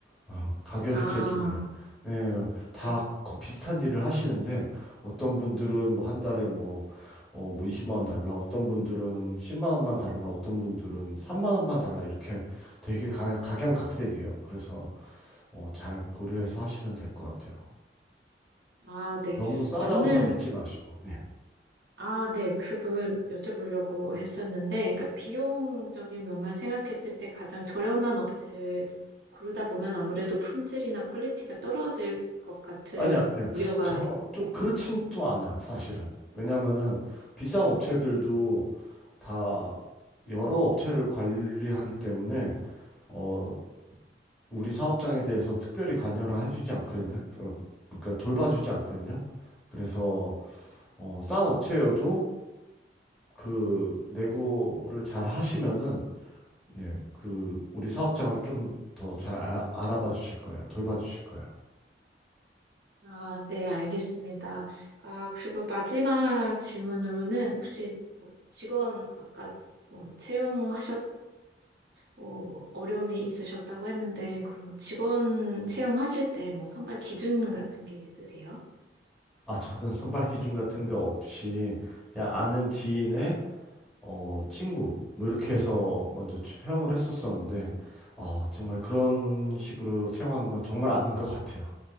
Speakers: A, in the centre; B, on the right.
A: 어, 가격이
B: 아,
A: 제일 중요해요. 네, 다
B: 네.
A: 거- 비슷한 일을 하시는데 어떤 분들은 뭐 한 달에 뭐, 어, 뭐 20만 원 달라, 어떤 분들은 10만 원만 달라, 어떤 분들은 3만 원만 달라 이렇게 되게 가, 각양각색이에요. 그래서 어, 잘 고려해서 하시면 될 것 같아요.
B: 아, 네.
A: 너무 싸다고
B: 저는
A: 다 믿지 마시고. 네.
B: 아, 네. 그 부분 여쭤보려고 했었는데, 그러니까 비용적인 면만 생각했을 때 가장 저렴한 업체를 고르다 보면 아무래도 품질이나 퀄리티가 떨어질 것 같은
A: 아니, 아니요.
B: 우려가,
A: 저, 좀
B: 네.
A: 그렇진 또 않아요, 사실은. 왜냐면은 비싼 업체들도 다 여러 업체를 관리하기 때문에, 어, 우리 사업장에 대해서 특별히 관여를 해주지 않거든요. 어, 그러니까 돌봐주지 않거든요. 그래서, 어, 싼 업체여도 그 내고를 잘 하시면은, 예, 그 우리 사업장을 좀 더 잘 알아봐 주실 거예요. 돌봐 주실 거예요.
B: 아, 네, 알겠습니다. 아, 그리고 마지막 질문으로는 혹시 뭐 직원 아까 뭐 채용하셔서 뭐 어려움이 있으셨다고 했는데, 그럼 뭐 직원 채용하실 때 뭐 선발 기준 같은 게 있으세요?
A: 아, 저는 선발 기준 같은 게 없이 그냥 아는 지인의 어, 친구 뭐 이렇게 해서 먼저 채용을 했었었는데 어, 정말 그런 식으로 채용하는 건 정말 아닌 것 같아요.